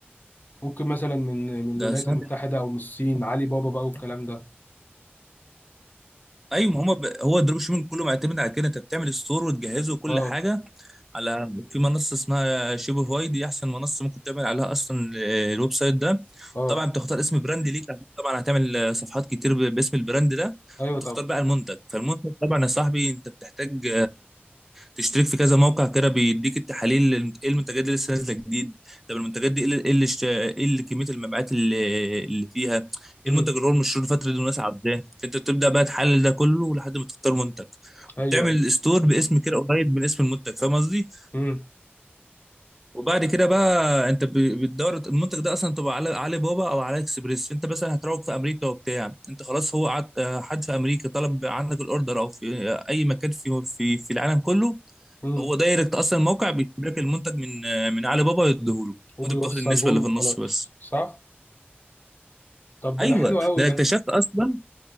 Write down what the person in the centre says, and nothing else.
ده
سمعت
ايوه ما هو ب... هو الدروب شيبنج كله معتمد على كده انت بتعمل ستور وتجهزه وكل
حاجه على في منصه اسمها شوبيفاي دي احسن منصه ممكن تعمل عليها اصلا آه، الويب سايت ده
طبعا بتختار اسم براند ليك عشان طبعا هتعمل آه، صفحات كتير ب- باسم البراند ده
وتختار
بقى المنتج فالمنتج طبعا يا صاحبي انت بتحتاج تشترك في كذا موقع كده بيديك التحاليل للمت- ايه المنتجات اللي لسه نازله جديد طب المنتجات دي ايه اللي ايه اللي اشت- إيه اللي كميه المبيعات اللي اللي فيها ايه
المنتج اللي هو المشهور الفتره دي والناس عايزاه انت بتبدا بقى تحلل ده كله لحد ما تختار منتج
وبتعمل
ستور باسم كده قريب من اسم المنتج فاهم قصدي
وبعد كده بقى انت ب- بتدور المنتج ده اصلا تبقى على علي بابا او على اكسبريس انت مثلا هتروج في امريكا وبتاع انت خلاص هو قعد آه، حد في امريكا طلب عندك الاوردر او في آه، اي مكان في في في العالم كله
هو دايركت اصلا الموقع بيشتري لك المنتج من من علي بابا يديهوله
وانت بتاخد النسبه اللي
في النص
بس
ايوه
ده
انا
اكتشفت اصلا